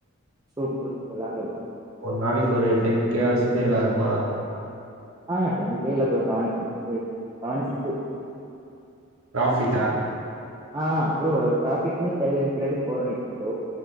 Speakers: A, on the right; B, on the right.
A: சூப்பு எல்லாமே இருக்கு
B: ஒரு நாளைக்கு ஒரு டென்கே வாச்சு சேல் ஆகுமா?
A: ஆ டென் கே இல்ல bro seven six seven six.
B: பிராஃபிட்டா?
A: ஆ ப்ரோ பிராபிட்னு கையில நிக்கிறது ஃபோர் நிக்கு ப்ரோ